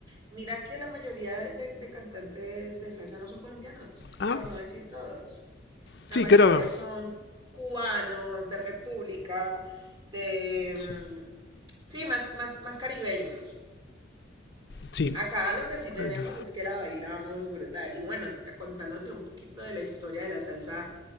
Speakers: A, on the right; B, on the left.
A: mira que la mayoría de, de cantantes de salsa no son colombianos,
B: Ah,
A: por no decir todos. La
B: sí,
A: mayoría
B: creo.
A: son cubanos, de República, de...
B: Sí.
A: mm, Sí, más, más, más caribeños.
B: sí.
A: Acá lo que sí tenemos
B: Bueno,
A: es que la bailamos brutal. Y bueno, t- contándote un poquito de la historia de la salsa